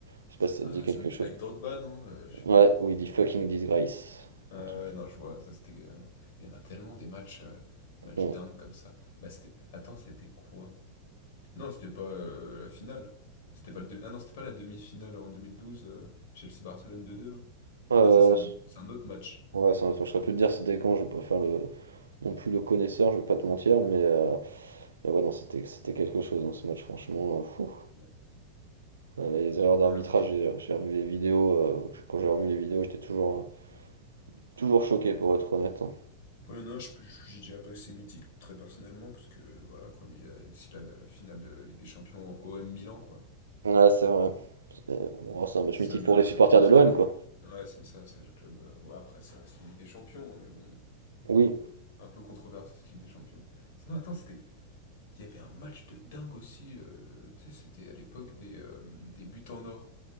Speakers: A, on the right; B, on the left.
A: Je sais pas si ça
B: ah,
A: te dit quelque
B: ça me dit-
A: chose.
B: avec Drogba, non? Euh, je sais
A: Ouais,
B: plus.
A: où il dit fucking disgrace.
B: Ah
A: Un truc.
B: ouais, non, je vois, ça c'était. ah non. Mais il y en a tellement des matchs, euh, des matchs
A: Bon.
B: dingues comme ça. Bah, c'était. Attends, c'était quoi? Non, c'était pas euh, la finale. C'était pas le demi- Ah non, c'était pas la demi-finale en 2012, euh, Chelsea-Barcelone deux deux. là.
A: Euh,
B: Non, ça, c'est un, c'est un autre match.
A: ouais, ça, je saurais plus te dire c'était quand, je vais pas faire le, non plus le connaisseur, je vais pas te mentir, mais, euh, mais ouais, non, c'était c'était quelque chose dans ce match, franchement. euh, fou.
B: Ouais.
A: Ouais, Les erreurs d'arbitrage,
B: Non, non, c'est-
A: j'ai j'ai revu les vidéos. euh, quand j'ai revu les vidéos, j'étais toujours, toujours choqué pour être honnête. hein.
B: Ouais, non, je, peux- je, je dirais pas que c'est mythique, très personnellement, parce que voilà quoi, mais il y a aussi la, la finale de Ligue des Champions au OM Milan, quoi.
A: Ouais, c'est vrai. C'est oh, c'est un match
B: Seul
A: mythique pour
B: euh,
A: les
B: club
A: supporters
B: français
A: de l'OM,
B: à avoir
A: quoi.
B: gagné. Ouais, c'est ça, c'est le club. euh, Ouais, après, ça reste une Ligue des Champions, hein, mais bon,
A: Oui.
B: un peu controversé cette Ligue des Champions. Sinon, attends, c'était. Il y avait un match de dingue aussi, euh, tu sais, c'était à l'époque des, euh, des buts en or.